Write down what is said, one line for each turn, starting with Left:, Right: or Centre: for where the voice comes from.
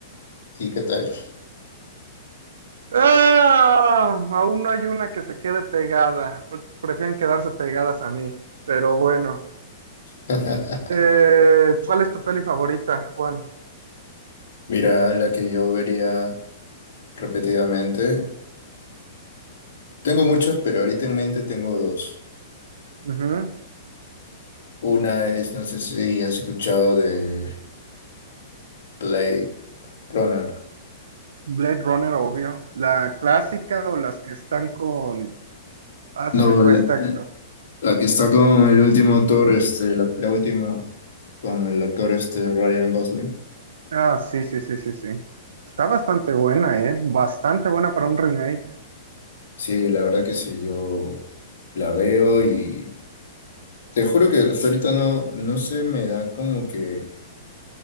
Left: ¿y qué tal?
Right: ¡Ah! Aún no hay una que se quede pegada. Pre- Prefieren quedarse pegadas a mí. Pero bueno.
Left: <laughs>
Right: Eh, ¿cuál es tu peli favorita, Juan?
Left: Mira, la que yo vería repetidamente. Tengo muchos, pero ahorita en mente tengo dos.
Right: Ujú.
Left: Una es, no sé si has escuchado de Blade Runner.
Right: Blade Runner, obvio. ¿La clásica o las que están con... Ah, se
Left: No,
Right: me fue
Left: la,
Right: esta.
Left: la que está con el último actor, este, la, la última, con el actor este Ryan Gosling.
Right: Ah, sí, sí, sí, sí, sí. Está bastante buena, ¿eh? Bastante buena para un remake.
Left: Sí, la verdad que sí, yo la veo y te juro que hasta ahorita no, no se me da como que